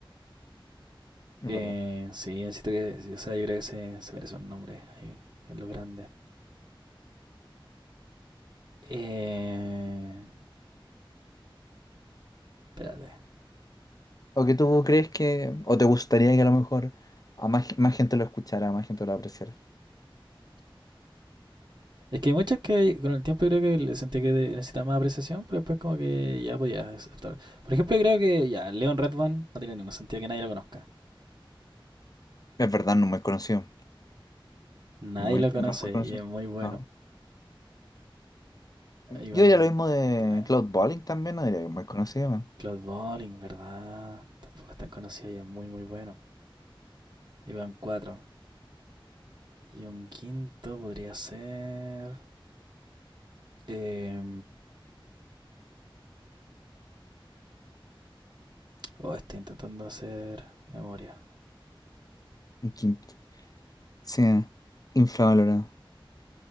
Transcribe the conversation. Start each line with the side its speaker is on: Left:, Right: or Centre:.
Left: es
Right: Eh,
Left: verdad.
Right: sí, siento que, sí, o sea, yo creo que se, se merece un nombre ahí, en lo grande. Eh, espérate.
Left: ¿O que tú crees que. O te gustaría que a lo mejor a más, más gente lo escuchara, a más gente lo apreciara?
Right: Es que hay muchos que con el tiempo yo creo que le sentía que de- necesitaba más apreciación, pero después como que ya podía aceptar. Por ejemplo, yo creo que ya Leon Redbone no tiene ningún sentido que nadie lo conozca.
Left: Es verdad, no es muy conocido.
Right: Nadie
Left: Muy,
Right: lo conoce
Left: no es muy conocido.
Right: y es muy bueno.
Left: No. Yo
Right: Iván
Left: diría lo mismo de
Right: tra-
Left: Cloud Bowling también, no diría que es muy conocido, man.
Right: Claude Bolling, ¿verdad? Tampoco es tan conocido y es muy muy bueno. Iván cuatro. Y un quinto podría ser... Eh, Oh, estoy intentando hacer memoria.
Left: Un quinto. Sí, infravalorado.